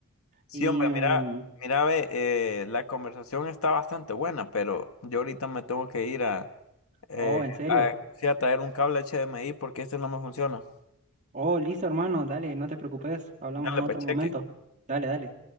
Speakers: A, on the left (about 70°); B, on the right (about 30°).
A: Sí,
B: Y,
A: hombre,
B: mm,
A: mira, mira, ve, eh, la conversación está bastante buena, pero yo ahorita me tengo que ir a, eh,
B: oh, en serio.
A: a, sí, a traer un cable HDMI porque este no me funciona.
B: Oh, listo, hermano. Dale, no te preocupes. Hablamos
A: Dale,
B: en otro
A: pues cheque.
B: momento. Dale, dale.